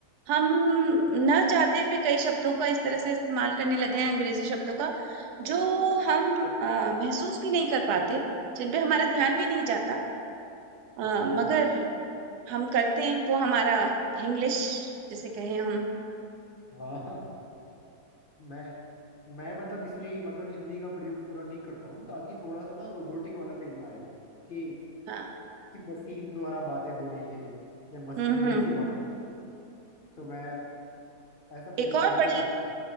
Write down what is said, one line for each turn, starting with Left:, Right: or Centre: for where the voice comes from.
Right: हम ना चाहते हुए कई शब्दों का इस तरह से इस्तेमाल करने लगे हैं अंग्रेजी शब्दों का जो हम अ, महसूस भी नहीं कर पाते जिन पे हमारा ध्यान भी नहीं जाता अ,
Left: हाँ
Right: मगर हम करते हैं वो हमारा इंग्लिश जिसे कहें हम
Left: हाँ मैं मैं मतलब इसलिए ही मतलब हिंदी का प्रयोग पूरा नहीं करता हूँ ताकि थोड़ा सा ना रोबोटिक वाला फील ना आए कि
Right: हाँ
Left: कि मशीन द्वारा बातें हो रही हैं या मशीन
Right: हम्म
Left: जैसी
Right: हम्म
Left: बात तो मैं ऐसा
Right: एक
Left: प्रयोग
Right: और
Left: नहीं
Right: बड़ी
Left: करता हूँ